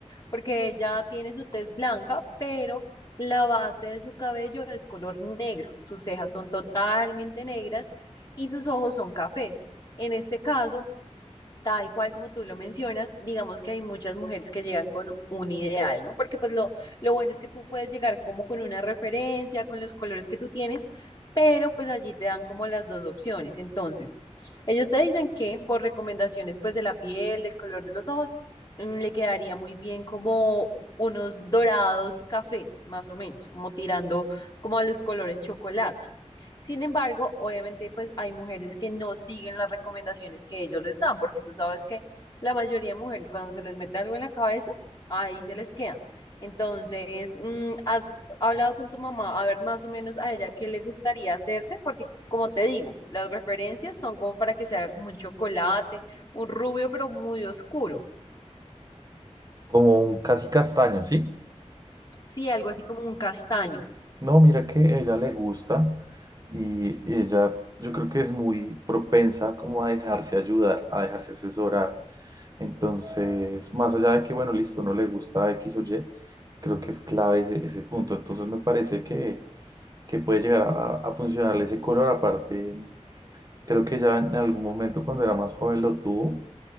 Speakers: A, on the left; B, on the right.
A: porque ella tiene su tez blanca, pero la base de su cabello es color negro, sus cejas son totalmente negras y sus ojos son cafés. En este caso, Tal cual como tú lo mencionas, digamos que hay muchas mujeres que llegan con un ideal, ¿no? Porque pues lo, lo bueno es que tú puedes llegar como con una referencia, con los colores que tú tienes, pero pues allí te dan como las dos opciones. Entonces, ellos te dicen que por recomendaciones pues de la piel, del color de los ojos, mm, le quedaría muy bien como unos dorados cafés, más o menos, como tirando como a los colores chocolate. Sin embargo, obviamente, pues hay mujeres que no siguen las recomendaciones que ellos les dan, porque tú sabes que la mayoría de mujeres cuando se les mete algo en la cabeza, ahí se les queda. Entonces, mm, ¿has hablado con tu mamá a ver más o menos a ella qué le gustaría hacerse? Porque, como te digo, las referencias son como para que se haga como un chocolate, un rubio, pero muy oscuro.
B: Como un casi castaño, ¿sí?
A: Sí, algo así como un castaño.
B: No, mira que ella le gusta y ella yo creo que es muy propensa como a dejarse ayudar, a dejarse asesorar. Entonces, más allá de que, bueno, listo, no le gusta X o Y, creo que es clave ese, ese punto. Entonces me parece que, que puede llegar a, a funcionarle ese color. Aparte, creo que ya en algún momento cuando era más joven lo tuvo